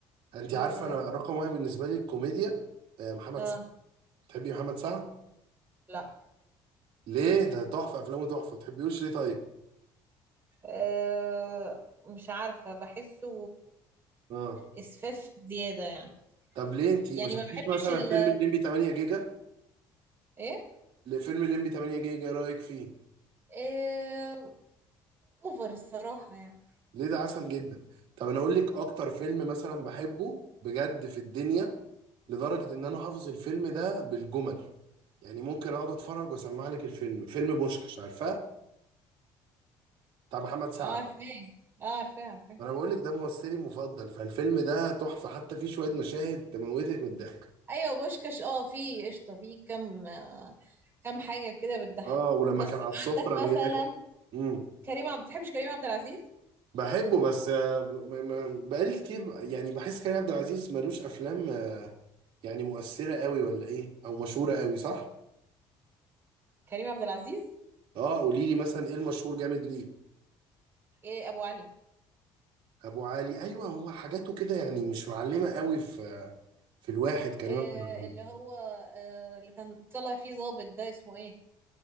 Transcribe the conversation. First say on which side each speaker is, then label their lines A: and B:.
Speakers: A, on the right; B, on the right.
A: انت
B: و
A: عارفه انا رقم واحد بالنسبه لي الكوميديا آه، محمد
B: اه
A: سعد بتحبي محمد سعد
B: لا
A: ليه ده تحفه افلامه تحفه ما تحبيهوش ليه طيب
B: أه مش عارفة بحسه
A: اه
B: إسفاف زيادة يعني
A: طب ليه انت
B: يعني
A: ما شفتيش
B: ما بحبش
A: مثلا
B: ال
A: فيلم الليمبي 8 جيجا
B: إيه
A: ليه فيلم الليمبي 8 جيجا إيه رايك فيه
B: أه أوفر الصراحة يعني
A: ليه ده عسل جدا طب انا اقول لك اكتر فيلم مثلا بحبه بجد في الدنيا لدرجه ان انا حافظ الفيلم ده بالجمل يعني ممكن اقعد اتفرج واسمع لك الفيلم فيلم بوشكش عارفاه بتاع محمد سعد
B: عارفة عارفة عارفة
A: انا بقول لك ده ممثلي المفضل فالفيلم ده تحفه حتى فيه شويه مشاهد تموتك من الضحك
B: أيوة بوشكاش اه في قشطة في كم آه، كم حاجة كده بتضحك
A: اه ولما
B: بس
A: كان على السفره
B: عندك
A: بياكل
B: مثلا
A: امم
B: كريم عبد بتحبش كريم عبد العزيز
A: بحبه بس آه، م- م- بقالي كتير يعني بحس كريم عبد العزيز ملوش افلام آه، يعني مؤثره قوي ولا ايه او مشهوره قوي صح
B: كريم عبد العزيز
A: اه قولي لي مثلا ايه المشهور جامد ليه
B: إيه أبو علي
A: ابو علي ايوه هو حاجاته كده يعني مش معلمه قوي في في الواحد كريم
B: إيه
A: عبد العزيز
B: اللي هو آه، اللي كان طلع فيه ظابط ده اسمه إيه